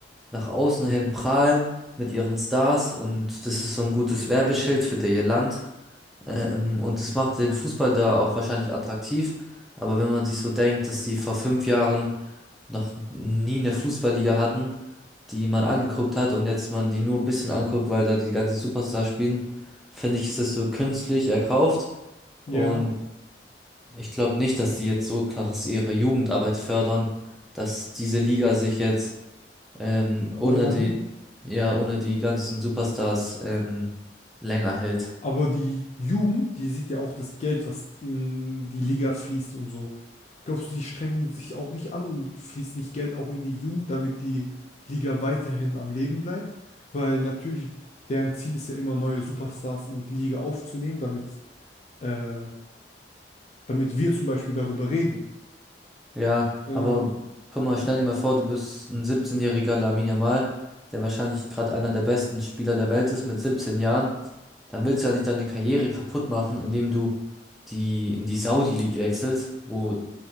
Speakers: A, in the centre; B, on the left.
A: nach außen hin prahlen mit ihren Stars und das ist so ein gutes Werbeschild für ihr Land. Ähm, und es macht den Fußball da auch wahrscheinlich attraktiv. Aber wenn man sich so denkt, dass die vor fünf Jahren noch nie eine Fußballliga hatten, die man angeguckt hat und jetzt man die nur ein bisschen anguckt, weil da die ganzen Superstars spielen, finde ich, ist es so künstlich erkauft. Und
B: Ja.
A: ich glaube nicht, dass die jetzt so krass ihre Jugendarbeit fördern, dass diese Liga sich jetzt ähm, ohne
B: länger
A: die,
B: hält.
A: ja, ohne die ganzen Superstars ähm, länger hält.
B: aber die Jugend, die sieht ja auch das Geld, was in die Liga fließt und so. Glaubst du, die strengen sich auch nicht an und fließt nicht Geld auch in die Jugend, damit die Liga weiterhin am Leben bleibt? Weil natürlich deren Ziel ist ja immer, neue Superstars in die Liga aufzunehmen, damit, äh, damit wir zum Beispiel darüber reden.
A: Ja,
B: Ähm,
A: aber guck mal,
B: ja,
A: stell dir mal vor, du bist ein 17-jähriger Lamine Yamal, der wahrscheinlich gerade einer der besten Spieler der Welt ist mit 17 Jahren. Dann willst du ja nicht deine Karriere kaputt machen, indem du die in die Saudi-League wechselst, wo